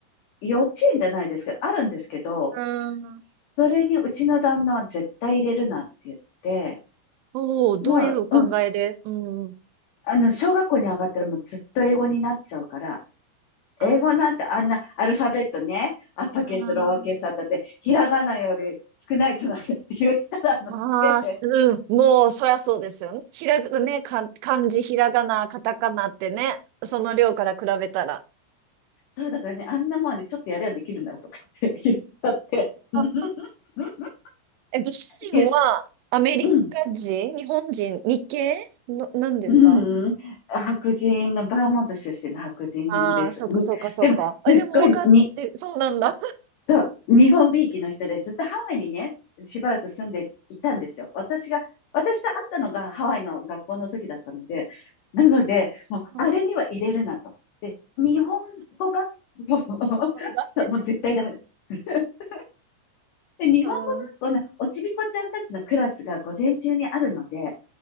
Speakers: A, on the left; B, on the right.
A: 幼稚園じゃないですけど、あるんですけど、
B: うん。
A: それにうちの旦那は絶対入れるなって言って、
B: おお、どういうお考えでうん。
A: もう、うん、あの、小学校に上がったらもうずっと英語になっちゃうから、
B: ああ、
A: 英語なんてあんなアルファベットね、アッパーケース、
B: あ
A: ローアーケースあったって、ひらがなより少ないじゃないかって言ったらので、
B: あ、うん。もう、そりゃそうですよね。ひらが、ね、か、漢字、ひらがな、カタカナってね、その量から比べたら。
A: そうだからね、あんなもんね、ちょっとやればできるんだよとかって言ったって、<laughs>
B: あえ、ご主人はアメリカ人、
A: 言っうん、
B: 日本人、日系の、なんですか
A: うん、白人の、バーモント出身の白人です。
B: ああー、そうかそうかそうか。
A: うん、でも、すっごいに
B: え、でも分かってる。そうなんだ。<laughs> あー
A: そう、日本びいきの人で、ずっとハワイにね、しばらく住んでいたんですよ。私が、私と会ったのがハワイの学校の時だったので、なので、
B: あー、
A: もう、
B: そう
A: あれには入れるなと。で、日本語学校の <laughs>
B: なんだ。めっちゃ、
A: そう、もう絶対ダメだ。<laughs> で、日本語学校のおちびこちゃんたちのクラスが午前中にあるので、
B: うん。